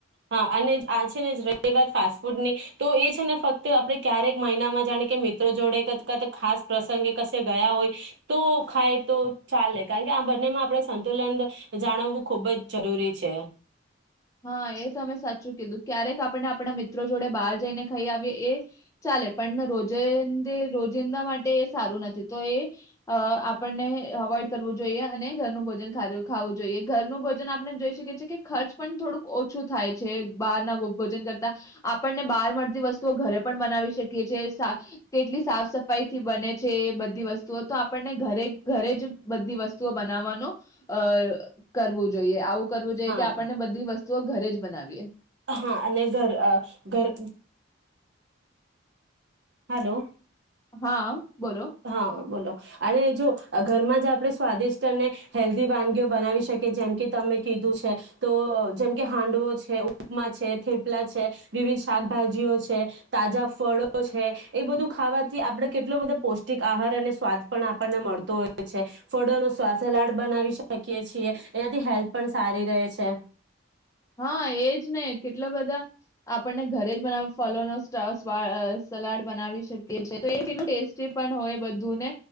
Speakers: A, on the right; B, on the left.
A: હા અને જ, આ છે ને જ રહી વાત ફાસ્ટ ફૂડની તો એ છે ને ફક્ત આપણે ક્યારેક મહિનામાં જાણે કે મિત્રો જોડે ક <unintelligible> ખાસ પ્રસંગે કશે ગયા હોય તો ખાય તો ચાલે, કારણકે આ બંનેમાં આપણે સંતુલન જ જાણવવું ખૂબ જ જરૂરી છે.
B: હા એ તમે સાચું કીધું, ક્યારેક આપણને આપણા મિત્રો જોડે બહાર જઈને ખઈ આવીએ એ ચાલે, પણ રોજંદે રોજિંદા માટે એ સારું નથી તો એ અ આપણને અવોઈડ કરવું જોઈએ અને ઘરનું ભોજન ખારુ ખાવું જોઈએ, ઘરનું ભોજન આપને જોઈ શકીએ છીએ કે ખર્ચ થોડુંક ઓછું થાય છે, બહારના ભ ભોજન કરતા આપણને બહાર મળતી વસ્ તો ઘરે પણ બનાવી શકીયે છે, સા કેટલી સાફ સફાઈથી બને છે એ બધી વસ્તુઓ તો આપણને ઘરે ઘરે જ બધી વસ્તુઓ બનાવવાનું અ કરવું જોઈએ, આવુ કરવું જોઈએ
A: હા.
B: કે આપ પણને બધી વસ્ તો ઘરે જ બનાવીએ.
A: હા અને ઘર અ ઘર હાલો.
B: હા. બોલો
A: હા બોલો અને જો ઘરમાં જ આપણે સ્વાદિષ્ટ અને હેલ્ધી વાનગીઓ બનાવી શકીએ જેમ કે તમે કીધું છે તો અ જેમકે હાંડવો છે, ઉપમા છે, થેપલા છે વિવિધ શાકભાજીઓ છે તાજા ફળો છે એ બધું ખાવાથી આપણે કેટલો બધો પૌષ્ટિક આહાર અને સ્વાદ પણ આપણને મળતો હોય છે ફળોનો શ્વા સલાડ બનાવી શકીએ છીએ એનાથી હેલ્થ પણ સારી રહે છે.
B: હા એજ ને કેટલા બધા આપણને ઘરે જ બના ફલો નો શ્વ સ સલાડ બનાવી શક કે છે તો એ કેટલું ટેસ્ટી પણ હોય બધુંને